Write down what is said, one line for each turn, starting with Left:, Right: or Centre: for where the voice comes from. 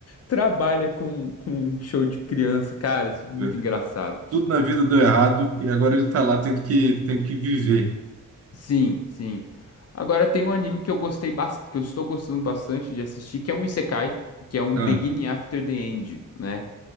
Left: trabalha com, com show de criança, cara, isso é muito
Right: né?
Left: engraçado.
Right: Tudo na vida deu errado e agora ele tá lá tendo que, tendo que viver.
Left: Sim, sim. Agora tem um anime que eu gostei bastante, que eu estou gostando bastante de assistir, que é um Isekai, que é um
Right: Ah,
Left: Begin After the End, né?